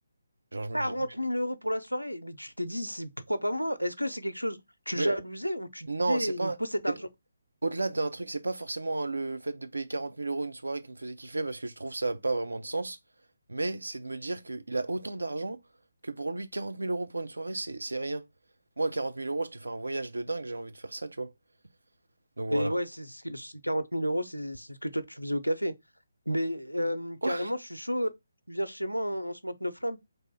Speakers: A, on the right; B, on the left.
A: Genre, je
B: quarante
A: me dis.
B: mille euros pour la soirée. Mais tu t'es dit, c'est pourquoi pas moi? Est-ce que c'est quelque chose, tu
A: Mais
B: jalousais ou tu
A: non,
B: disais,
A: c'est pas.
B: il me faut cet
A: c'est-
B: argent?
A: Au-delà d'un truc, c'est pas forcément hein, le fait de payer quarante mille euros une soirée qui me faisait kiffer parce que je trouve ça n'a pas vraiment de sens. Mais c'est de me dire qu'il a autant d'argent que pour lui, quarante mille euros pour une soirée, c'est c'est rien. Moi, quarante mille euros, je te fais un voyage de dingue, j'ai envie de faire ça, tu vois. Donc voilà.
B: Et ouais, c'est ce que- c'est 40 000 euros, c'est c'est ce que toi tu faisais au café. Mais euh,
A: Quoi?
B: carrément, je suis chaud. Tu viens chez moi, on, on se monte nos flammes.